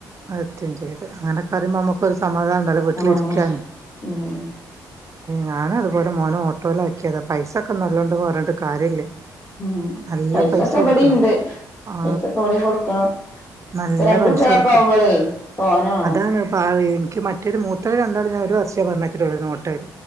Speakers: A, on the right; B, on the left.
A: അതെത്തേം ചെയ്ത് അങ്ങനെക്കെറുമ്പോ നമുക്കൊരു സമാധാനം ഒണ്ടല്ലോ വീട്ടിലിരിക്കാന്.
B: സമാധാന ഉം
A: ഞാനതുപോലെ മോന ഓട്ടോൽ ആക്കിയതാ പൈസൊക്കെ നല്ലോണ്ടന്ന് പറഞ്ഞിട്ട് കാര്യല്ലേ.
B: ഉം
A: നല്ലാം
B: പൈസൊക്കെ
A: പൈസ കൊടുക്കണം
B: ഇബടിം ഇണ്ട്
A: ആ.
B: പൈസൊക്കെ ഇവിടെയും കൊടുക്കണം
A: നല്ല
B: ഇപ്പൊ രണ്ട്
A: പൈസടുക്കണം
B: കുട്ടികളൊക്കെ ആവുമ്പളേ തോനെ വേണം
A: അതാണ് പവി- എനിക്ക് മറ്റൊരു മൂത്ത രണ്ടാളും ഞാൻ ഒരു വർഷേ പറഞ്ഞയച്ചിട്ടുള്ളൂ ഓട്ടയിൽ